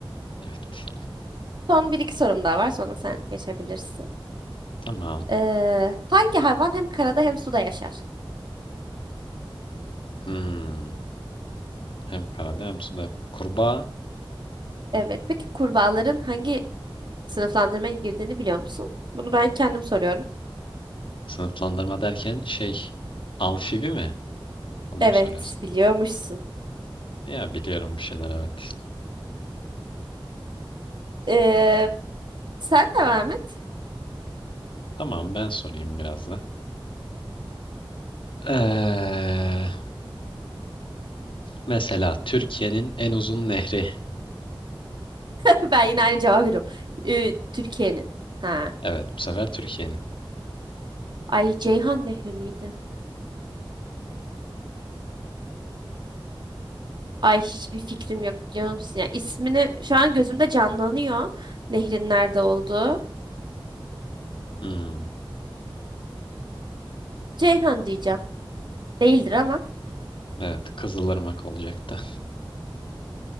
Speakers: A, on the left; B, on the right.
A: Evet.
B: Son bir iki sorum daha var sonra sen geçebilirsin.
A: Tamam.
B: Ee, hangi hayvan hem karada hem suda yaşar?
A: Hmm. Hem karada hem suda. Kurbağa
B: Evet. Peki kurbağaların hangi sınıflandırmaya girdiğini biliyor musun? Bunu ben kendim soruyorum.
A: sınıflandırma derken şey amfibi mi? Onu
B: Evet,
A: mu soruyorsun?
B: biliyormuşsun.
A: Ya biliyorum bir şeyler evet.
B: Ee, sen de Mehmet.
A: Tamam ben sorayım biraz da. Ee, mesela Türkiye'nin en uzun nehri.
B: <laughs> Ben yine aynı cevabı veriyorum. Ee, Türkiye'nin. Ha.
A: Evet bu sefer Türkiye'nin.
B: Ay Ceyhan Nehri miydi? Ay hiçbir fikrim yok biliyor musun? Ya ismini şu an gözümde canlanıyor. Nehrin nerede olduğu.
A: Hmm,
B: Ceyhan diyeceğim. Değildir ama.
A: evet Kızılırmak olacaktı.